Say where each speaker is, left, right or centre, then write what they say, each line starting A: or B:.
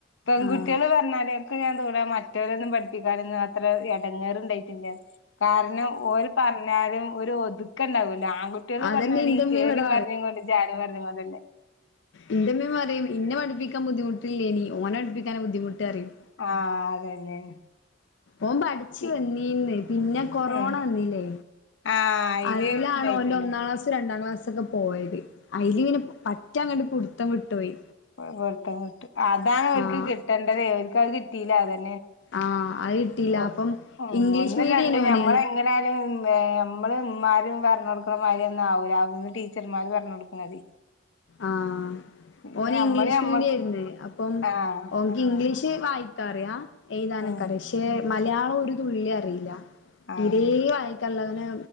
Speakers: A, on the left; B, on the left.
A: പെൺകുട്ടികള്
B: ആഹ്
A: പറഞ്ഞാല ക്കെ ഞാൻ തോന്ന മറ്റവരന്നും പഠിക്കാനൊന്ന അത്ര ഇടങ്ങേറണ്ടായിട്ടില്ല. കാരണം പറഞ്ഞാലും ഒരു ഒതുക്ക ഉണ്ടാവൂല ആൺകുട്ടികള്
B: അതന്നെ
A: പറഞ്ഞാല്
B: ഇന്റെമ്മ
A: ഈ കേറി
B: ഇവിടെ
A: മറിഞ്ഞുകൊണ്ട് ചാടി മറിഞ്ഞു കൊണ്ടല്ലെ.
B: ഇന്റെഇമമിം പറയും ഇന്നെ പഠിപ്പിക്കാൻ ബുദ്ധിമുട്ടില്ലേയ്ന്. ഓനോ പഠിപ്പിക്കാന ബുദ്ധിമുട്ട് പറിയും.
A: ആഹ് അതന്നെ
B: ഒന് പഠിച്ചു
A: ഇ
B: വന്നീന്ന് പിന്നെ കൊറോണ
A: ഉം
B: വന്നില്ലേ?
A: ആഹ് അയില്
B: അയലാണോന്റെ
A: ഇണ്ടായിട്ടുണ്ട്
B: ഒന്നാം ക്ലാസ് രണ്ടാം ക്ലാസ്സ്. പോയത് അയില് പറ്റാ അങ്ങട്ട് പിടുത്തം വിട്ടുപോയി.
A: പുത്തട്ട് അതാണ് അവർക്ക്
B: ആഹ്
A: കിട്ടേണ്ടത് അവർക്ക് അത് കിട്ടില്ല അത-
B: ആഹ് അത് കിട്ടിയില്ല
A: <unintelligible>
B: അപ്പം ഇംഗ്ലീഷ്
A: ഒന്നും
B: മീഡിയേനു
A: രണ്ടും
B: ഓന്
A: നമ്മള് എങ്ങനാലും <inaudible> നമ്മള് ഉന്മാരും പറഞ്ഞ കൊടുക്കുന്നമാര് ഒന്നും ആവൂല്ലന്ന് ടീച്ചർമാര് പറഞ്ഞ കൊടുക്കണത്.
B: ആഹ
A: പിന്നെ
B: ഓന്
A: നമ്മള്
B: ഇംഗ്ലീഷ്
A: ഞമ്മ
B: മീഡിയം ആയിരുന്നു. അപ്പം
A: ആഹ്
B: ഓനക്ക് ഇംഗ്ലീഷ്. വായിക്കാറിയ, എയ്താനൊക്കറിയ,
A: ഉം
B: പഷേ മലയാളം ഒരു തുള്ളി, അറിയില്ല തീരേ,
A: ആഹ്
B: വായ്ക്കൻല്ലങ്ങനേ